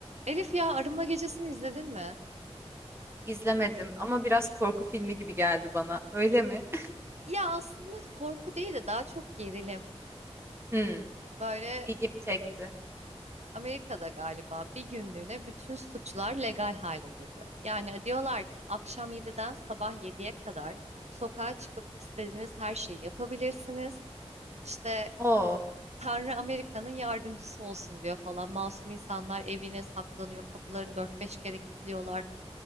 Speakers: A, on the right; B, on the right.
A: Elif ya Arınma Gecesi'ni izledin mi?
B: İzlemedim ama biraz korku filmi gibi geldi bana. Öyle mi? <laughs>
A: Ya aslında korku değil de daha çok gerilim.
B: Hmm,
A: Böyle
B: ilgimi çekti.
A: Amerika'da galiba bir günlüğüne bütün suçlar legal hale geliyor. Yani diyorlar ki akşam yediden sabah yediye kadar sokağa çıkıp istediğiniz her şeyi yapabilirsiniz. İşte
B: Oo,
A: e, Tanrı Amerika'nın yardımcısı olsun diyor falan. Masum insanlar evine saklanıyor, kapılarını dört beş kere kilitliyorlar.